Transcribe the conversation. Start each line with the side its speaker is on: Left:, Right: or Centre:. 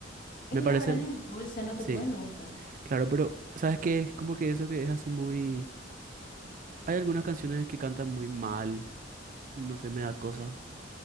Right: ¿Me
Left: Es que
Right: parece?
Left: la guarana es dulce, no
Right: Sí,
Left: te puede no gustar.
Right: claro, pero ¿sabes qué? Es como que eso que es así muy... Hay algunas canciones que cantan muy mal y no se me da cosa.